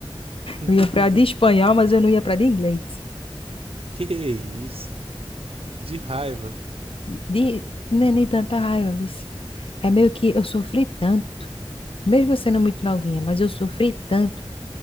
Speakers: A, on the right (about 75°); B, on the left (about 65°).
A: <laughs>
B: Eu ia para de espanhol, mas eu não ia para de inglês.
A: Que isso? De raiva.
B: de, não é nem tanta raiva, vice. É meio que eu sofri tanto, mesmo sendo muito novinha, mas eu sofri tanto